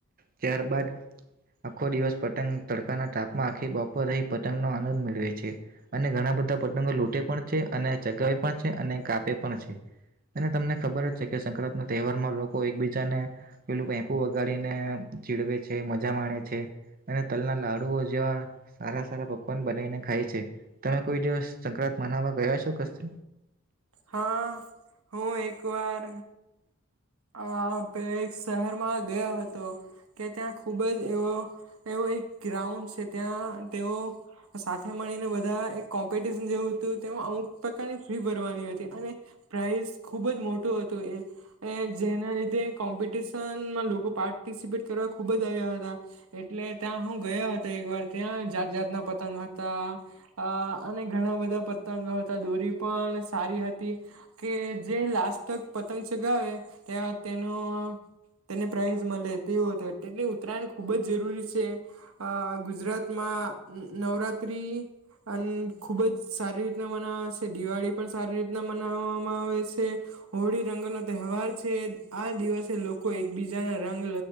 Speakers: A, on the right (about 40°); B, on the right (about 90°).
A: ત્યારબાદ આખો દિવસ પતંગ તડકાના ટાપમાં આખી બપોરે રહી પતંગનો આનંદ મેળવે છે અને ઘણા બધા પતંગો લૂંટે પણ છે અને ચગાવે પણ છે અને કાપે પણ છે અને તમને ખબર જ છે કે સંક્રાંત ના તહેવારમાં લોકો એકબીજાને પેલું પેપુ વગાડીને ચીડવે છે મજા માણે છે. અને તલના લાડુઓ જેવા સારા સારા પકવાન બનાવીને ખાય છે તમે કોઈ દિવસ સંક્રાંત મનાવવા ગયા છો કશે?
B: હા હું એક વાર અ પહેલા એક શહેરમાં ગયો હતો કે ત્યાં ખુબ જ એવો એવો ગ્રાઉન્ડ છે ત્યાં તેઓ સાથે મળીને બધા એક કોમ્પિટિશન જેવું હતું તેમાં અમુક પ્રકારની ફી ભરવાની હતી. પ્રાઈઝ ખુબ જ મોટું હતું એ જેના લીધે કોમ્પિટશન લોકો પાર્ટિસપેટ કરવા ખુબ જ આવ્યા હતા એટલે ત્યાં હું ગયા હતા એક વાર ત્યાં જાત જાત ના પતંગ હતા અ અને ઘણા બધા પતંગો હતા દોરી પણ સારી હતી કે જે લાસ્ટક પતંગ ચગાવે ત્યાં તેનો તેને પ્રાાઈઝ મળે તેવો હતો એટલે ઉત્તરાયણ ખુબ જ જરૂરી છે ગુજરાતમાં આ નવરાત્રી અન્ન ખુબ જ સારી રીતના મનાવાસે દિવાળી પણ સારી રીતે મનાવામાં આવે છે હોળી રંગ નો તહેવાર છે આ દિવસે લોકો એકબીજા જેને રંગ